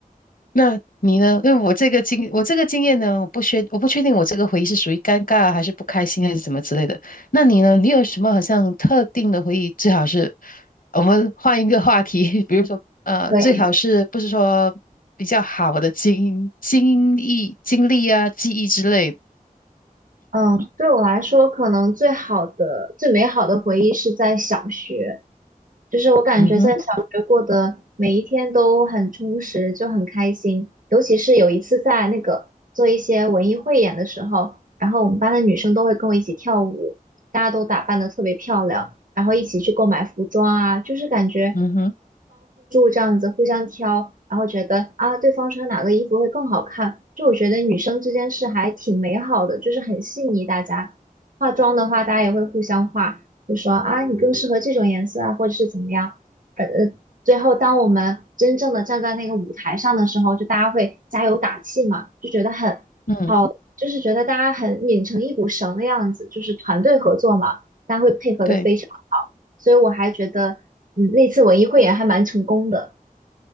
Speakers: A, on the left (about 70°); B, on the right (about 65°).
A: 那你呢？因为我这个经我这个经验呢，我不确我不确定我这个回忆是属于尴尬还是不开心还是怎么之类的。那你呢？你有什么好像特定的回忆？最好是我们换一个话题，<laughs> 比如说呃，
B: 可以，
A: 最好是不是说比较好的经经历经历啊、记忆之类的？
B: 嗯，对我来说，可能最好的、最美好的回忆是在小学，就是我感觉在小学过的每一天都很充实，
A: 嗯哼，
B: 就很开心。尤其是有一次在那个做一些文艺汇演的时候，然后我们班的女生都会跟我一起跳舞，大家都打扮得特别漂亮，然后一起去购买服装啊，就是感觉
A: 嗯哼，
B: 这样子互相挑，然后觉得啊，对方穿哪个衣服会更好看。就我觉得女生之间是还挺美好的，就是很细腻。大家化妆的话，大家也会互相化，就说啊，你更适合这种颜色啊，或者是怎么样。呃呃，最后当我们真正的站在那个舞台上的时候，就大家会加油打气嘛，就觉得很，
A: 嗯，
B: 就是觉得大家很拧成一股绳的样子，就是团队合作嘛，大家会配合的非常好。
A: 对
B: 所以我还觉得，嗯，那次文艺汇演还蛮成功的。